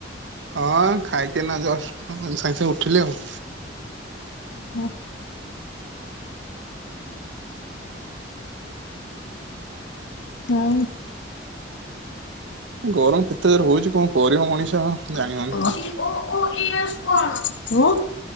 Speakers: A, on the right; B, on the left.
A: ହଁ ଖାଇକି ଏଇନା ଜଷ୍ଟସାଙ୍ଗେ ସାଙ୍ଗେ ଉଠିଲି ଆଉ।
B: ହୋ ହଁ।
A: ଗରମ କେତେ ଜୋର ହଉଛି କଣ କରିବ ମଣିଷ।
B: ହ
A: ଜାଣିବନି
B: ହ <unintelligible> ଓ ୟେଶ କଣ। ଓ